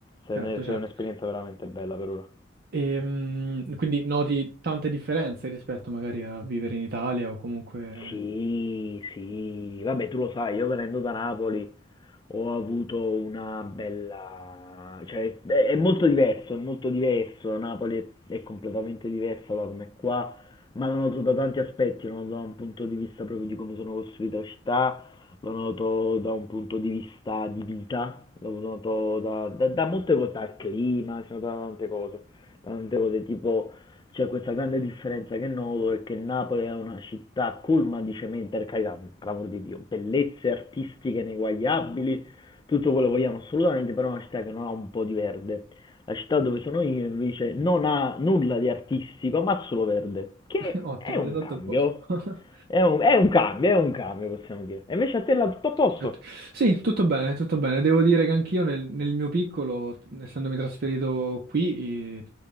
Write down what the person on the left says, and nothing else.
se
ne-
se è un'esperienza veramente bella per ora.
Sì, sì, vabbè, tu lo sai, io venendo da Napoli ho avuto una bella... cioè è è molto diverso, è molto diverso, Napoli è, è completamente diversa da come è qua, ma lo noto da tanti aspetti, lo noto da un punto di vista proprio di come sono costruita la città, lo noto da un punto di vista di vita, lo noto da, da, da molte cose, dal clima, sono da tante cose, da tante cose tipo... C'è questa grande differenza che noto è che Napoli è una città colma di cemento, per carità, per l'amor di Dio, bellezze artistiche ineguagliabili, tutto quello che vogliamo assolutamente, però è una città che non ha un po' di verde. La città dove sono io invece non ha nulla di artistico, ma solo verde, che
è un
cambio.
È un, è un cambio, è un cambio, possiamo dire. E invece a te è tutto a posto.